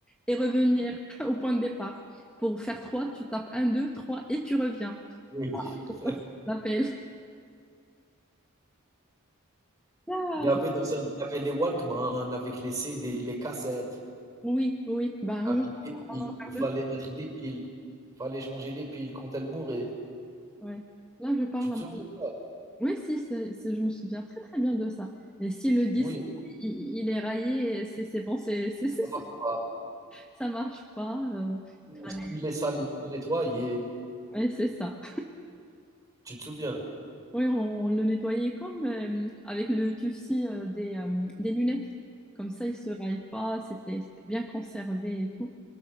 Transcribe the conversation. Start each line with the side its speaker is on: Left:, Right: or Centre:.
Centre: et revenir <laughs> au point de départ. Pour faire trois tu tapes un 2 3 et tu reviens.
Right: Oui.
Centre: Pourquoi
Right: <laughs>
Centre: ça s'appelle? Ah,
Right: Il y avait dans un il y avait les Walkman avec les CD, les cassettes,
Centre: oui, oui, bah,
Right: avec
Centre: je
Right: des piles.
Centre: parle
Right: Il fallait
Centre: de-
Right: mettre des piles, fallait changer les piles quand elles mouraient.
Centre: ouais. Là, je parle.
Right: Tu te souviens de ça?
Centre: Oui, si, c'est- c'est- je me souviens très très bien de ça. Et si le disque
Right: Oui,
Centre: il, il est raillé, c'est c'est bon, c'est, <laughs> c'est- c'est-
Right: ça
Centre: c'est-
Right: marche pas.
Centre: ça marche pas. euh,
Right: Ou
Centre: allez,
Right: s'il est sale, il faut le nettoyer.
Centre: ouais, c'est ça.
Right: Tu te souviens?
Centre: Oui, on, on le nettoyait comme euh, avec le tufci euh, des, euh, des lunettes. Comme ça, il se raille pas. C'était c'était bien conservé et tout.